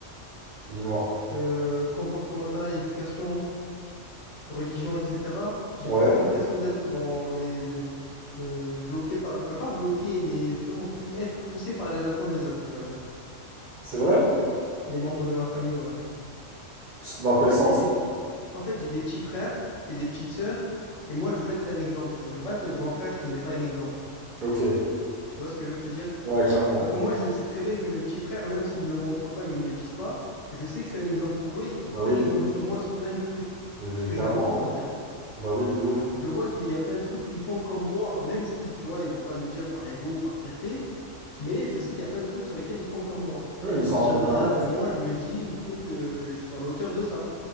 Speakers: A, on the right; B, on the left.
A: Dis-moi.
B: euh, comportemental, éducation. religion, etc., j'ai
A: Ouais,
B: plus l'impression d'être dans les... euh, bloqué par... Enfin, pas bloqué, mais justement pou- être poussé par les attentes des autres, on va dire.
A: c'est vrai?
B: Des membres de ma famille, ouais.
A: C'est Dans quel
B: En fait,
A: sens?
B: j'ai des... En fait, j'ai des petits frères et des petites sœurs, et moi, je veux être un exemple. Je veux pas être le grand frère qui n'est pas un exemple.
A: Ok.
B: Tu vois ce que je veux te dire?
A: Ouais, clairement.
B: Parce que moi, je sais très bien que mes petits frères, même s'ils me le montrent pas, ils me le disent pas, je sais que je suis un exemple pour eux et qu'ils
A: Bah
B: prennent
A: oui,
B: exemple sur moi sur plein de trucs.
A: mais, mais
B: Parce que
A: clairement.
B: je le vois, en fait.
A: Bah oui, de ouf.
B: Je le vois qu'il y a plein de trucs où ils font comme moi, même si, tu vois, ils vont pas le dire par ego ou par fierté, mais je sais qu'il y a plein de trucs sur lesquels ils font comme moi.
A: Oui,
B: Et
A: mais ils
B: à
A: s'en
B: partir
A: rendent même
B: de
A: pas
B: là,
A: compte.
B: ben moi, je me dis, il faut que je sois à la hauteur de ça.